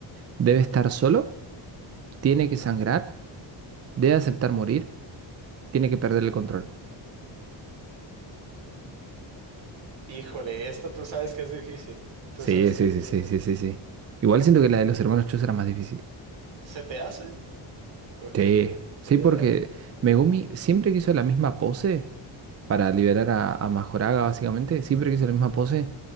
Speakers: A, on the right (about 35°); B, on the right (about 70°).
A: ¿Debe estar solo? ¿Tiene que sangrar? ¿Debe aceptar morir? ¿Tiene que perder el control?
B: Híjole, esta tú sabes que es difícil. Tú
A: Sí,
B: sabes que
A: sí,
B: es difícil.
A: sí, sí, sí, sí, sí. Igual siento que la de los hermanos Chus era más difícil.
B: ¿Se te hace? Ok,
A: Sí.
B: ok. Mira.
A: Sí, porque Megumi siempre que hizo la misma pose para liberar a, a Majoraga, básicamente. Siempre que hizo la misma pose,